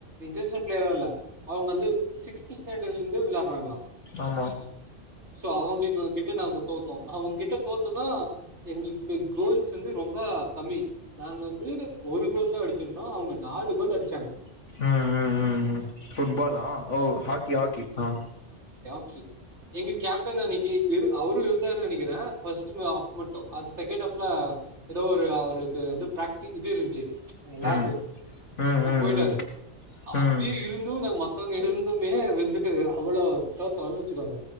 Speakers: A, on the right; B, on the left.
A: இன்டர்நேஷனல் பிளேயரா இல்ல அவங்க வந்து சிக்ஸ்த் ஸ்டாண்டர்டலந்து விளையாடறாங்களா
B: ஆமா
A: சோ அவங்ளுக்கு கிட்ட நாங்க தோத்தோம் அவங்கிட்ட தோத்தோம்னா எங்ளுக்கு கோல்ஸ் வந்து ரொம்ப கம்மி நாங்க வந்து ஒரு கோல் தா அடி ச்ருந்தோ அவங்க நாலு கோலு அடிச் ச்சாங்க
B: உம் உம் உம் ஃபுட்பால் ஆஹ் ஓ ஹாக்கி ஹாக்கி ஆஹ்
A: க்கி எங்க கேப்டனா நீ கி அவரு இருந்தாருனு நினைக்கிற ஃபர்ஸ்டு ஆஃப் மட்டு அது செகண்ட் ஹாஃப்ல ஏதோ ஒரு அவருக்கு வந்து பிராக்டி இது இருந்ச்சு லேபு
B: ம் ம் ம்
A: ஆ
B: ம்
A: போயிட்டாரு அப்பிய
B: ம்
A: இருந்தும் நா மத்த மத்தவங்க இருந்துமே வந்து அவ்ளோ தோத்தன்னு வச்சுக்கோங்க